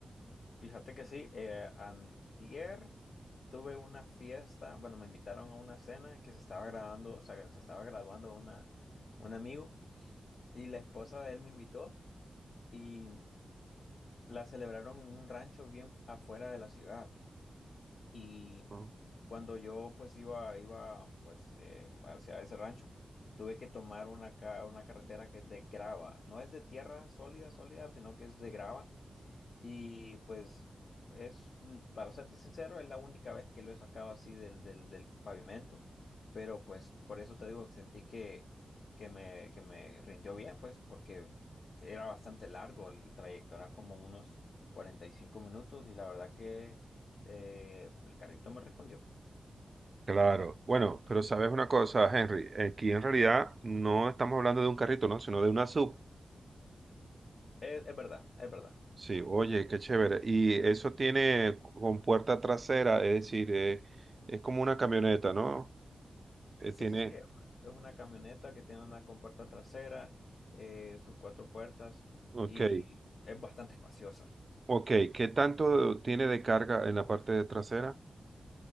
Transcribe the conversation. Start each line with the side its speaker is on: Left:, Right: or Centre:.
Left: Fíjate que sí, eh, antier tuve una fiesta. Bueno, me invitaron a una cena que se estaba graduando, o sea, se estaba graduando una, un amigo. Y la esposa de él me invitó y la celebraron en un rancho bien afuera de la ciudad. Y
Right: No.
Left: cuando yo pues iba, iba pues eh, hacia ese rancho, tuve que tomar una, ca- una carretera que es de grava. No es de tierra sólida, sólida, sino que es de grava y pues es, l- para serte sincero, es la única vez que lo he sacado así del, del, del pavimento, pero pues por eso te digo que sentí que, que me, que me rindió bien, pues porque era bastante largo el, el trayecto, era como unos cuarenta y cinco minutos y la verdad que eh, el carrito me respondió.
Right: Claro. Bueno, pero sabes una cosa, Henry, aquí en realidad no estamos hablando de un carrito, ¿no? Sino de una sub.
Left: Es, es verdad, es verdad.
Right: Sí, oye, qué chévere. Y eso tiene con puerta trasera, es decir, eh, es como una camioneta, ¿no? Eh,
Left: Sí,
Right: tiene,
Left: sí, sí, es una, es una camioneta que tiene una compuerta trasera, eh, sus cuatro puertas
Right: ok,
Left: y es bastante espaciosa.
Right: ok. ¿Qué tanto tiene de carga en la parte de trasera?